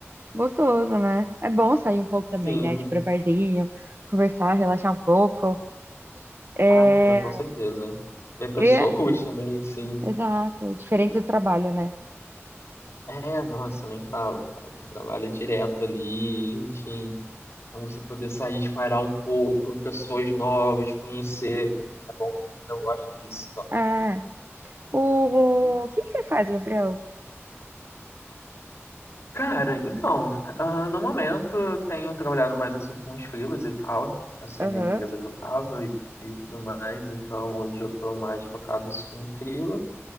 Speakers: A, on the right (about 50°); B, on the left (about 55°).
A: Gostoso, né? É bom sair um pouco também,
B: Sim.
A: né? Tipo, pra barzinho, conversar, relaxar um pouco. É.
B: Ah, cara, com certeza. Ver pessoas
A: eu ia-
B: <laughs> também, sim.
A: Exato. Diferente do trabalho, né?
B: É, nossa, nem falo, cara. Trabalho direto ali, enfim. Então você poder sair, espairar um pouco, pessoas novas, conhecer. É bom, eu gosto disso, então.
A: É. O, o que que você faz, Gabriel?
B: Cara, então, ah, no momento eu tenho trabalhado mais assim com os freelas e tal, assim,
A: Aham.
B: da empresa que eu tava e, e tudo mais. Então hoje eu tô mais focado assim em freela.